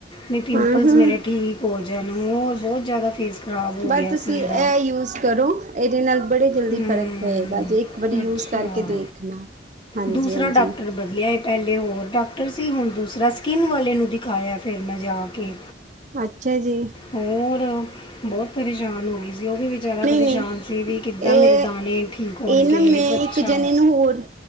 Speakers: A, on the left; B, on the right.
A: ਨਹੀਂ ਪਿੰਪਲਸ
B: ਹਾਂ ਹਾਂ
A: ਮੇਰੇ ਠੀਕ ਹੋ ਜਾਣ ਹੋਰ ਬਹੁਤ ਜ਼ਿਆਦਾ ਫੇਸ ਖਰਾਬ ਹੋ
B: ਬਸ
A: ਗਿਆ
B: ਤੁਸੀਂ
A: ਸੀ ਇਹਦਾ
B: ਇਹ ਯੂਜ ਕਰੋ। ਇਹਦੇ ਨਾਲ ਬੜੇ ਜਲਦੀ
A: ਹਮ,
B: ਫ਼ਰਕ ਪਏਗਾ ਜੇ ਇੱਕ ਵਾਰੀ
A: ਅੱਛਾ
B: ਯੂਜ ਕਰਕੇ ਦੇਖਣਾ, ਹਾਂਜੀ-
A: ਦੂਸਰਾ
B: ਹਾਂਜੀ।
A: <unintelligible> ਪਹਿਲੇ ਹੋਰ ਡਾਕਟਰ ਸੀ। ਹੁਣ ਦੂਸਰਾ ਸਕਿੰਨ ਵਾਲੇ ਨੂੰ ਦਿਖਾਇਆ ਫਿਰ ਮੈਂ ਜਾ ਕੇ।
B: ਅੱਛਾ ਜੀ।
A: ਹੋਰ ਬਹੁਤ ਪਰੇਸ਼ਾਨ ਹੋ ਗਈ ਸੀ। ਉਹ ਵੀ ਵਿਚਾਰਾ ਪਰੇਸ਼ਾਨ
B: ਨਹੀਂ ਨਹੀਂ
A: ਸੀ ਵੀ ਕਿੱਦਾਂ
B: ਇਹ
A: ਮੇਰੇ ਦਾਣੇ ਠੀਕ ਹੋਣਗੇ
B: -ਇਹ ਨਾ ਮੈਂ
A: ਬੱਚਾ
B: ਇੱਕ ਜਣੇ ਨੂੰ ਹੋਰ।